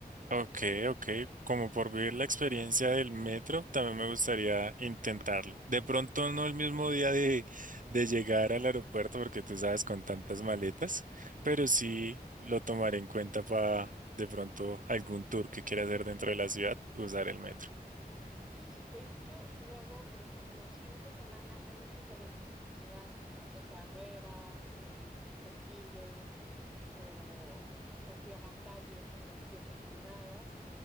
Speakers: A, on the right (about 55°); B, in the centre.
A: Ok, ok. Como por vivir la experiencia del metro, también me gustaría intentarlo. De pronto no el mismo día de, de llegar al aeropuerto, porque tú sabes, con tantas maletas, pero sí lo tomaré en cuenta para de pronto algún tour que quiera hacer dentro de la ciudad, usar el metro.
B: Sí, de hecho, luego, por ejemplo, los fines de semana hay muchos eventos en la ciudad, que carreras, que desfiles o, o cierran calles porque hay fiestas privadas.